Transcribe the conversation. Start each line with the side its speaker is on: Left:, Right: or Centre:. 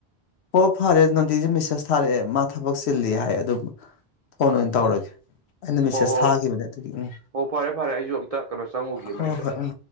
Left: ꯑꯣ ꯐꯔꯦ ꯅꯟꯗꯤꯁꯦ ꯃꯦꯁꯦꯁ ꯊꯥꯔꯛꯑꯦ ꯃꯥ ꯊꯕꯛ ꯆꯤꯜꯂꯤ ꯍꯥꯏ ꯑꯗꯨꯝ ꯐꯣꯟ ꯑꯣꯏꯅ ꯇꯧꯔꯒꯦ ꯑꯩꯅ ꯃꯦꯁꯦꯁ
Right: ꯍꯣ ꯍꯣ
Left: ꯊꯥꯈꯤꯕꯅꯦ ꯑꯗꯨꯒꯤ ꯎꯝ
Right: ꯍꯣ ꯐꯔꯦ ꯐꯔꯦ ꯑꯩꯁꯨ ꯑꯝꯇ ꯀꯩꯅꯣ ꯆꯪꯉꯨꯒꯤ
Left: ꯍꯣꯏ
Right: ꯃꯅꯤꯡꯗ
Left: ꯍꯣꯏ ꯎꯝ